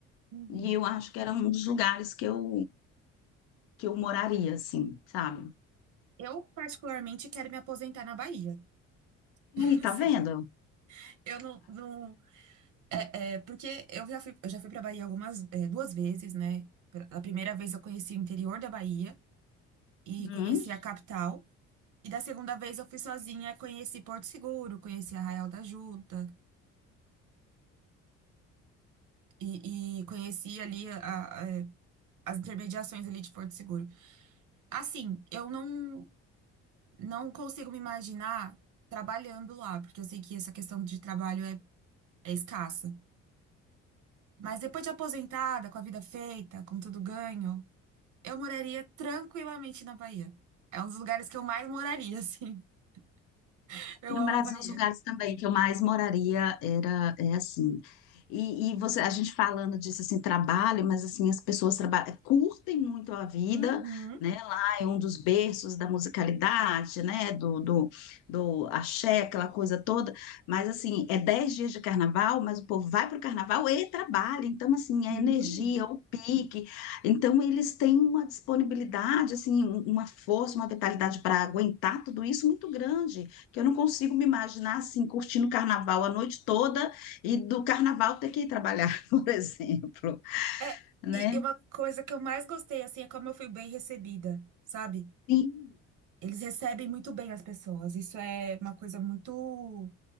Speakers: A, on the right (about 65°); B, on the left (about 80°).
A: hum,
B: E
A: hum.
B: eu acho que era um dos lugares que eu, que eu moraria, assim, sabe?
A: Eu, particularmente, quero me aposentar na Bahia. <laughs>
B: E aí,
A: Não
B: tá
A: sei.
B: vendo?
A: Eu não, não É, é, porque eu já fui, eu já fui para Bahia algumas, é, duas vezes, né? A primeira vez eu conheci o interior da Bahia e
B: Hum?
A: conheci a capital. E da segunda vez eu fui sozinha, conheci Porto Seguro, conheci Arraial da Ajuda e, e conheci ali a- a- é, as intermediações ali de Porto Seguro. Assim, eu não, não consigo me imaginar trabalhando lá, porque eu sei que essa questão de trabalho é, é escassa. Mas depois de aposentada, com a vida feita, com tudo ganho. Eu moraria tranquilamente na Bahia. É um dos lugares que eu mais moraria, assim. <laughs> Eu
B: Aqui no
A: amo
B: Brasil,
A: a Bahia.
B: os lugares também que eu mais moraria era é assim. E, e você, a gente falando disso assim, trabalho, mas assim, as pessoas trabalham, curtem muito a vida,
A: Uhum.
B: né? Lá é um dos berços da musicalidade, né? Do, do, do axé, aquela coisa toda. Mas assim, é 10 dias de carnaval, mas o povo vai para o carnaval e trabalha. Então, assim, a
A: Hum.
B: energia, o pique. Então, eles têm uma disponibilidade, assim, um- uma força, uma vitalidade para aguentar tudo isso muito grande. Que eu não consigo me imaginar assim, curtindo carnaval a noite toda e do carnaval ter que ir trabalhar, <laughs> por exemplo,
A: É,
B: né?
A: e e uma coisa que eu mais gostei, assim, é como eu fui bem recebida, sabe?
B: Sim,
A: Eles recebem muito bem as pessoas. Isso é uma coisa muito